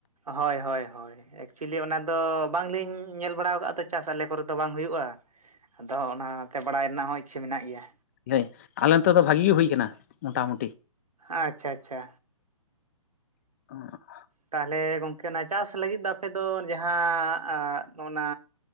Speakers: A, on the right (about 85°); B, on the left (about 25°).
A: ᱦᱳᱭ ᱦᱳᱭ ᱦᱭ ᱮᱠᱪᱩᱭᱮᱞᱤ ᱚᱱᱟ ᱫᱚ ᱵᱟᱝᱞᱤᱧ ᱧᱮᱞ ᱵᱟᱲᱟ ᱠᱟᱣᱫᱟᱜᱼᱟ ᱫᱚ ᱪᱟᱥ ᱟᱞᱮ ᱠᱚᱨᱮᱫ ᱫᱚ ᱵᱟᱝ ᱦᱩᱭᱩᱜᱼᱟ ᱟᱫᱚ ᱚᱱᱟᱛᱮ ᱵᱟᱲᱟᱭ ᱨᱮᱱᱟᱜ ᱦᱚᱸ ᱤᱪᱪᱷᱟᱹ ᱢᱮᱱᱟᱜ ᱜᱮᱭᱟ
B: ᱞᱮᱭ ᱟᱞᱮ ᱱᱚᱛᱮ ᱫᱚ ᱵᱷᱟᱜᱤ ᱜᱮ ᱦᱩᱭ ᱟᱠᱟᱱᱟ ᱢᱚᱴᱟᱢᱩᱸᱴᱤ
A: ᱟᱪᱪᱷᱟ ᱟᱪᱪᱷᱟ
B: <unintelligible>
A: ᱛᱟᱦᱚᱞᱮ ᱜᱚᱝᱠᱮ ᱚᱱᱟ ᱪᱟᱥ ᱞᱟᱹᱜᱤᱫ ᱫᱚ ᱟᱯᱮ ᱫᱚ ᱡᱟᱦᱟᱸ ᱚᱱᱟ